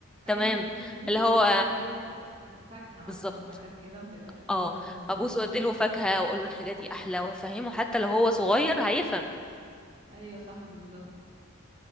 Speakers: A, on the right; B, in the centre.
A: ايوه
B: تمام
A: صح وتديله
B: اللي
A: حاجات
B: هو
A: بقى بدل فاكهة مثلا
B: بالظبط
A: وحاجات كده ما تبقاش مضرة
B: اه
A: ليه
B: ابوسه
A: يعني
B: واديله فاكهه واقول له الحاجه دي احلى وافهمه حتى لو هو
A: صح
B: صغير هيفهم
A: ايوه صح بالظبط